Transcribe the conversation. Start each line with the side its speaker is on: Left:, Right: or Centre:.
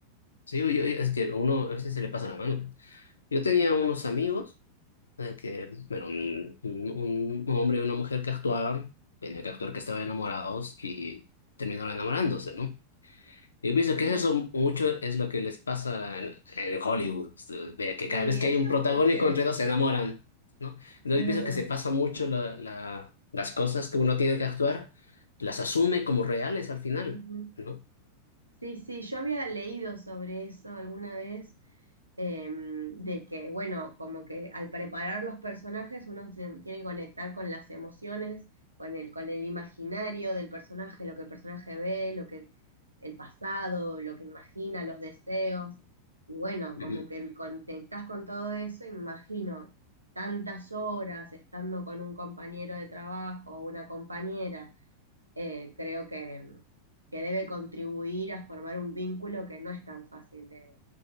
Left: Sí, yo- yo- es que a uno a veces se le pasa la mano. Yo tenía unos amigos. eh, que era un, un- un hombre y una mujer que actuaban, tenía que actuar que estaban enamorados y terminaron enamorándose, ¿no? Yo pienso
Right: Qué
Left: que
Right: divertido.
Left: eso mucho es lo que les pasa en, en Hollywood, Ustedes ve que
Right: Sí,
Left: cada vez que
Right: eso
Left: hay un
Right: escuché,
Left: protagónico entre dos se enamoran, ¿no? Entonces
Right: es
Left: yo pienso
Right: verdad.
Left: que se pasa mucho la, la- las cosas que uno tiene que actuar, las asume como reales al final,
Right: Ujú.
Left: ¿no?
Right: Sí, sí, yo había leído sobre eso alguna vez, em, de que, bueno, como que al preparar los personajes uno se tiene que conectar con las emociones, con el, con el imaginario del personaje, lo que el personaje ve, lo que el pasado, lo que imagina, los deseos. Y bueno,
Left: Ujú.
Right: como que conectás con todo eso, y me imagino tantas horas estando con un compañero de trabajo o una compañera eh, creo que, que debe contribuir a formar un vínculo que no es tan fácil de,